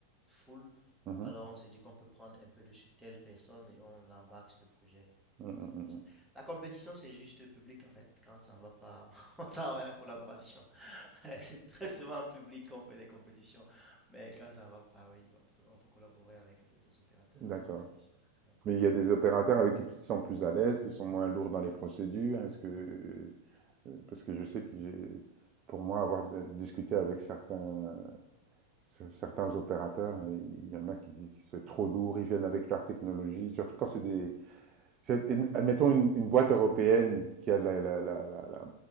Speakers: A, in the centre; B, on the right.
A: full.
B: Mhm.
A: Alors, on Mhm. s'est dit qu'on peut prendre un peu de sur telle personne et on l'embarque sur le projet.
B: Mm, mm,
A: C'est un peu ça.
B: mm,
A: La compétition, c'est juste public en fait. Quand ça ne va pas, <laughs> on travaille en collaboration. <laughs> C'est très souvent en public qu'on fait des compétitions. Mais quand ça ne va pas, oui, on peut, on peut collaborer avec d'autres opérateurs,
B: mm. D'accord.
A: d'autres fournisseurs. Ouais.
B: Mais il y a des opérateurs avec qui tu te sens plus à l'aise, qui sont moins lourds dans les procédures. Est-ce que, euh, parce que je sais que j'ai, pour moi, avoir de- discuté avec certains, cer- certains opérateurs, il y en a qui disent c'est trop lourd, ils viennent avec leur technologie, surtout quand c'est des, Je- admettons une, une boîte européenne qui a la, la- la- la- la-